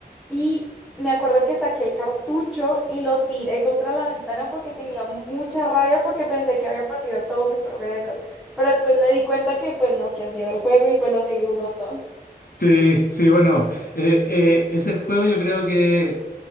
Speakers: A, in the centre; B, on the left.
A: y me acuerdo que saqué el cartucho y lo tiré contra la ventana porque tenía mucha rabia porque pensé que había perdido todo mi progreso, pero después me di cuenta que pues no, que así era el juego y pues lo seguí jugando.
B: Sí, sí, bueno, eh, eh, ese juego yo creo que